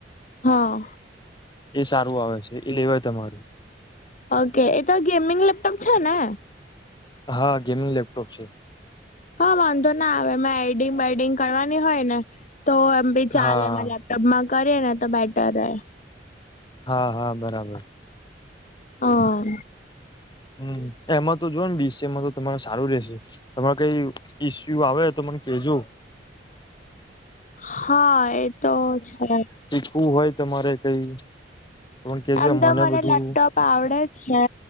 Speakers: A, on the left; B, on the left.
A: હા
B: એ સારું આવે છે એ લેવાય તમારું
A: ઓકે એ તો ગેમિંગ લેપટોપ છે ને
B: હા ગેમિંગ લેપટોપ છે
A: હા વાંધો ના આવે મે એડિંગ બેેડિંગ કરવાની હોય ને તો એમ બી ચાલે
B: હા
A: મને ટબ્મા કરીએ ને તો બેટર રહે
B: હા હા બરાબર
A: અ
B: હમ એમાં તો જો ને બીસ છે એમાં તો તમાર સારું રશે તમારે કઈ ઈસ્યુ આવે તો મને કેજો
A: હા એતો છે
B: તું હોય તો મારે કઈ પણ કેજો
A: આમ તો મને
B: બધું
A: લેપટોપ આવડે છે